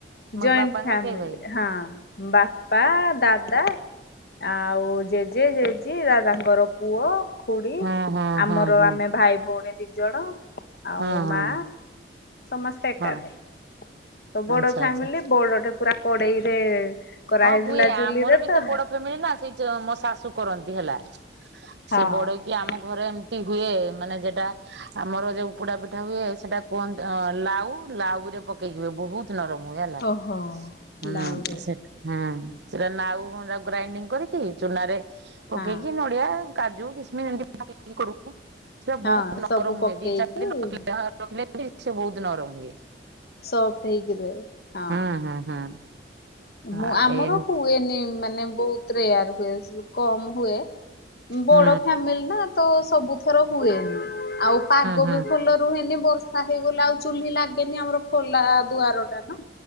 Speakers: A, on the left (about 55°); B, on the right (about 70°).
A: ଜଏଣ୍ଟ
B: ବାପାଙ୍କର
A: ଫ୍ୟାମିଲି
B: କେହି ଭାଇ?
A: ହଁ। ବାପା, ଦାଦା ଆଉ ଜେଜେ ଜେଜେ ଦାଦାଙ୍କର ପୁଅ ଖୁଡି
B: ହଁ ହଁ
A: ଆମର
B: ହଁ ହଁ
A: ଆମେ ଭାଇ ଭଉଣୀ ଦି ଜଣ ଆଉ
B: ହଁ ହଁ
A: ମା ସମସ୍ତେ ଏକାଠେ
B: ହଁ
A: ତ ବଡ
B: ଆଚ୍ଛା
A: ଫ୍ୟାମିଲି
B: ଆଚ୍ଛା।
A: ବଡଟେ ପୁରା କଡେଇରେ କରାହେଇଥିଲା
B: ହଁ ବୁଇ ଆମର
A: ଚୁଲିରେ
B: ବିତ
A: ତ
B: ବଡ ଫ୍ୟାମିଲି ନା ସେଇ ମୋ ଶାଶୁ କରନ୍ତି ହେଲା।
A: ହଁ।
B: ସେ ବଢେଇକି ଆମ ଘରେ ଏମିତି ହୁଏ ମାନେ ଯେଟା ଆମର ଯଉ ପୋଡା ପିଠା ହୁଏ ସେଟା କୁହନ୍ତି ଲାଉ ଲା ଲାଉରେ ପକେଇକି ହୁଏ ବହୁତ ନରମ ହୁଏ ହେଲା
A: ଓହୋ
B: ହୁଁ
A: ଲାଉରେ।
B: ହଁ ସେଟା ନାଉ ଟାକୁ ଗ୍ରାଇଣ୍ଡିଙ୍ଗ କରିକି ଚୁନା ରେ ପକେଇକି
A: ହଁ
B: ନଡିଆ କାଜୁ କିସମିସ ଏମିତି ପକେଇଲି କରୁ। ସେଟା ବହୁତ
A: ହଁ
B: ନରମ
A: ସବୁ ପକେଇକି
B: ହୁଏ। ଦି ଚାରି ଦିନ ରଖିଲେ ରଖିଲେ ସେ ବହୁତ ନରମ ହୁଏ।
A: ସପ୍ ଟ ହେଇକି ରୁହେ। ହଁ।
B: ହୁଁ ହୁଁ ହୁଁ।
A: ମୁଁ
B: ଆଉ
A: ଆମର
B: ଏମତି
A: ହୁଏନି ମାନେ ବହୁତ ରେୟାର ହୁଏ କମ ହୁଏ
B: ହୁଁ
A: ବଡ ଫ୍ୟାମିଲି ନା ତ ସବୁଥର ହୁଏନି। ଆଉ ପାଗ
B: ହୁଁ
A: ବି ଫୁଲ ରୁହେନି। ବର୍ଷା ହେଇଗଲା ଆଉ ଚୁଲି ଲାଗେନି ଆମର ଖୋଲା ଦୁଆର ଟା ନା